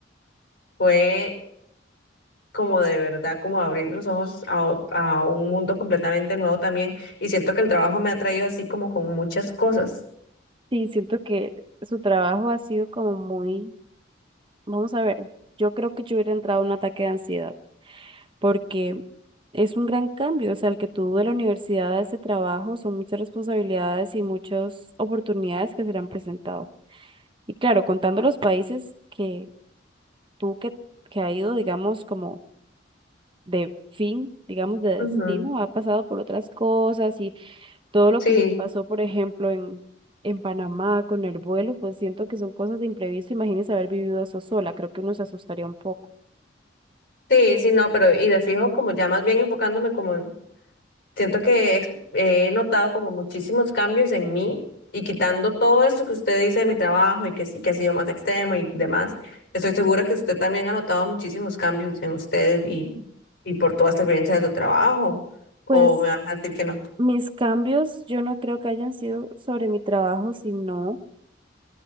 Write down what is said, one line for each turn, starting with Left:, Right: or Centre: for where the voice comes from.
Left: fue como de verdad, como abrirme los ojos a, o- a un mundo completamente nuevo también. Y siento que el trabajo me ha traído así como con muchas cosas.
Right: Sí, siento que su trabajo ha sido como muy, vamos a ver, yo creo que yo hubiera entrado en un ataque de ansiedad. porque es un gran cambio, o sea, el que tú de la universidad a ese trabajo son muchas responsabilidades y muchas oportunidades que serán presentado. Y claro, contando los países que tú que, que ha ido, digamos, como de fin, digamos, de
Left: Ujú,
Right: destino, ha pasado por otras cosas y todo lo
Left: Sí.
Right: que les pasó, por ejemplo, en, en Panamá con el vuelo, pues siento que son cosas de imprevisto. Imagínese haber vivido eso sola, creo que uno se asustaría un poco.
Left: Sí, sí, no, pero y de fijo, como ya más bien enfocándome como, en- siento que ex- he notado como muchísimos cambios en mí y quitando todo esto que usted dice de mi trabajo y que sí, que ha sido más extremo y demás, estoy segura que usted también ha notado muchísimos cambios en usted y, y por toda esta experiencia de su trabajo, o
Right: Pues
Left: me van a decir que no.
Right: Mis cambios yo no creo que hayan sido sobre mi trabajo, sino